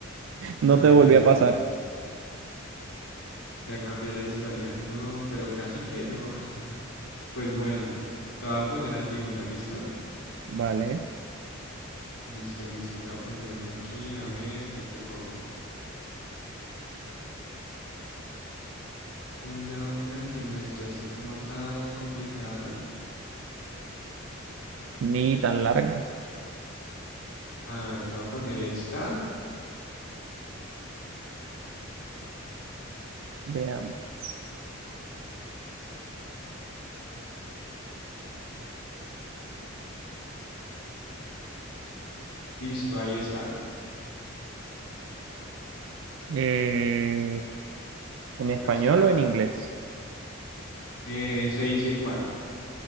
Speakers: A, on the right; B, on the left.
A: No
B: cambié
A: te volví
B: la historia,
A: a pasar,
B: ya cambié la historia. No, pero casi que no. Pues bueno, te voy a poner a ti una, ¿listo?
A: ¿vale?
B: Listo, listo, te voy a poner una aquí, a ver cuál te pongo. Una, una que no esté así como tan complicada.
A: Ni tan larga.
B: A ver, te voy a poner esta.
A: Veamos.
B: Listo, ahí está.
A: Eh, ¿en
B: ¿Cuál
A: español
B: será?
A: o en inglés?
B: Eh, se dice igual.